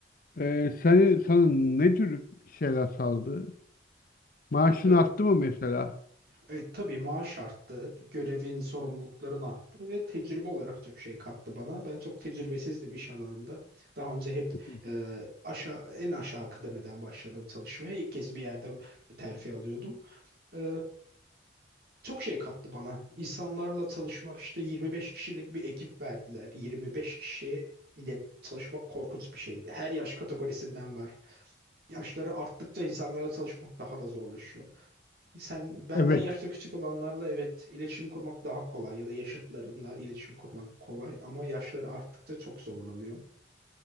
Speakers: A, on the left; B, on the right.
A: e, seni, sana ne tür şeyler sağladı? Maaşın
B: ya
A: arttı mı mesela?
B: e, tabii maaş arttı, görevin, sorumlulukların arttı ve tecrübe olarak çok şey kattı bana. Ben çok tecrübesizdim iş alanında. Daha önce hep
A: <laughs>
B: e, aşağı en aşağı kıdemeden başladım çalışmaya. İlk kez bir yerde terfi alıyordum. E, çok şey kattı bana. İnsanlarla çalışmak işte 25 kişilik bir ekip verdiler. 25 kişi ile çalışmak korkunç bir şeydi. Her yaş kategorisinden var. Yaşları arttıkça insanlarla çalışmak daha da zorlaşıyor. Sen benden
A: Evet.
B: yaşta küçük olanlarla evet iletişim kurmak daha kolay ya da yaşıtlarınla iletişim kurmak kolay ama yaşları arttıkça çok zorlanıyor.